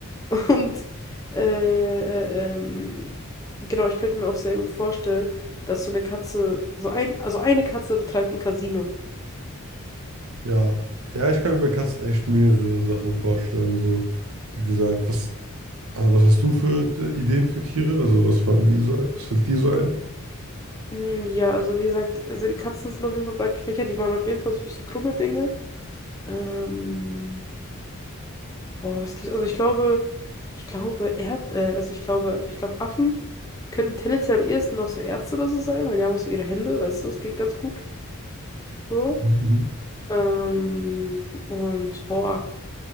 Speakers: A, on the left; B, on the right.
A: <laughs> Und äh, äh, ähm, genau, ich könnte mir auch sehr gut vorstellen, dass so eine Katze, so ein, also eine Katze betreibt ein Casino.
B: Ja, ja, ich kann mir bei Katzen echt mehrere Sachen vorstellen. So, wie gesagt, was, ah, was hast du für äh, Ideen für Tiere? Also, was fallen dir so, was fällt dir so ein?
A: Mm, Ja, also wie gesagt, also die Katzen sind auf jeden Fall breit gefächert, die machen auf jeden Fall so ein bisschen krumme Dinge. Ähm, boah, was gibt's? Also ich glaube, ich glaube, Erd, äh, also ich glaube, ich glaube, Affen könnten tendenziell am ehesten noch so Ärzte oder so sein, weil die haben auch so ihre Hände, weißt du, es geht ganz gut so.
B: Mhm.
A: Ähm, und boah,